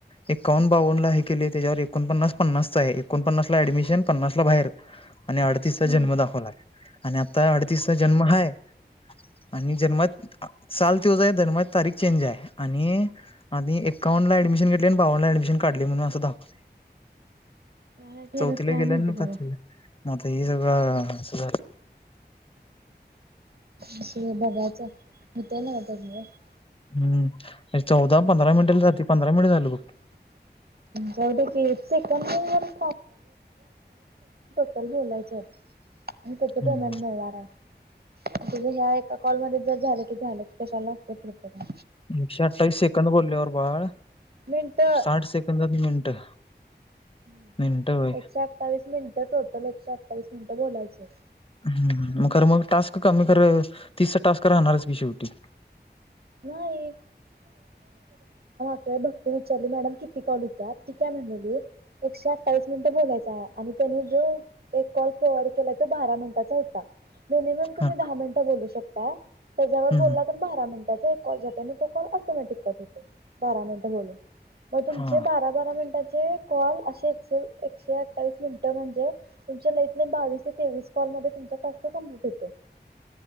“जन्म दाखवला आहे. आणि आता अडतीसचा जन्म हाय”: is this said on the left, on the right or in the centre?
Left